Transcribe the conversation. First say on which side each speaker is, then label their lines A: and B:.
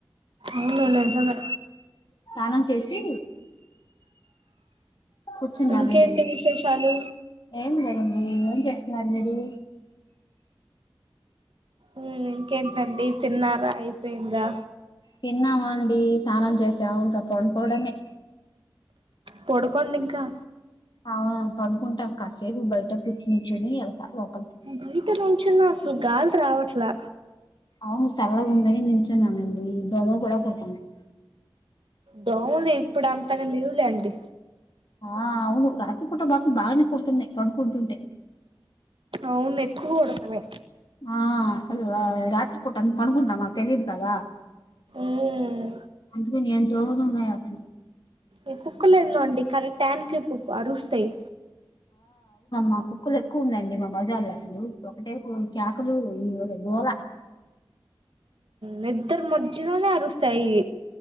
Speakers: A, on the right; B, on the left.
A: ఔను నిజమే
B: స్నానం చేసి కూర్చున్న
A: ఇంకేంటి
B: వేడి
A: విశేషాలు
B: ఏంలేదం ఏ ఏం చేస్తన్నారుమీరు
A: మ్మ్ ఇంకేంటండి తిన్నారా అయిపోయిందా
B: తిన్నమండి స్నానం చేసాం ఇంకా పడుకోవడమే
A: పాడుకోండింకా
B: ఆ పోడుకుంటా కాసేపు బయట కుర్మర్చుని వెళ్తా లోపలికి
A: బైట నుంచున అసలు గాలి రావట్లా
B: ఔను సల్లగా ఉందని నుంచునమండి దోమలు కుడా కొడుతున్నాయి
A: దోమలు ఇప్పుడు అంతగా లీవులేండి
B: ఆ అవును రాత్రి పుట మకు బానే కుడుతునై పొన్కుంటుంటే
A: అవును ఎక్కువకూడాతనై
B: ఆ అసలు రాత్రి పుట అంత పంకుందమ్మా తెలిద్ కద
A: మ్మ్
B: అందుకని ఎన్ దోమలున్నాయో అసలు
A: ఇ కుక్కలేదోండీ కరెక్ట్ టైంకి క అరుస్తాయి
B: మా కుక్కలు ఎక్కువ ఉన్నాయండి మా బజార్లో అస్సలు ఒకటే కుకేకలు గోలా
A: నిద్దర మధ్యలోనే అరుస్తాయి